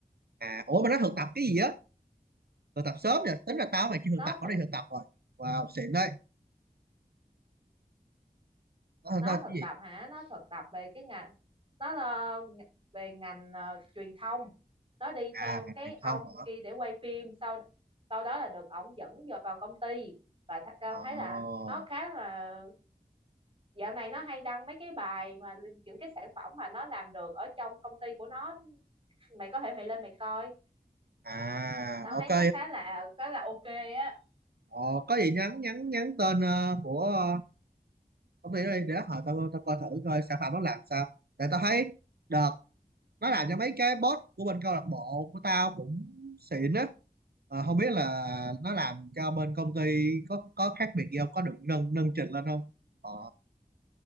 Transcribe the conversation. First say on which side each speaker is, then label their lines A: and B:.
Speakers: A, on the right; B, on the right.
A: à ủa mà nó thực tập cái gì á thực tập sớm nè tính ra tao mày chưa thực
B: nó
A: tập nó
B: thực
A: đi thực tập rồi wow xịn đấy nó thực
B: nó
A: tập
B: thực
A: cái gì
B: tập hả nó thực tập về cái ngành nó là về ngành ờ, truyền thông nó đi theo
A: à ngành
B: cái
A: truyền
B: ông
A: thông hả
B: kia để quay phim sau sau đó là được ổng dẫn vô vào công ty và th tao
A: ờ
B: thấy là nó khá là dạo này nó hay đăng mấy cái bài mà những cái sản phẩm mà nó làm được ở trong công ty của nó mày có thể mày lên mày coi
A: à
B: tao
A: ok
B: thấy nó khá là khá là ok á
A: ờ, có gì nhắn nhắn nhắn tên ờ, của ờ, công ty đó đi để hồi tao tao coi thử coi sản phẩm nó làm sao tại tao thấy đợt nó làm cho mấy cái boss của bên câu lạc bộ của tao cũng xịn á Ờ, không biết là nó làm cho bên công ty có có khác biệt gì không có được nâng nâng trình lên không ờ,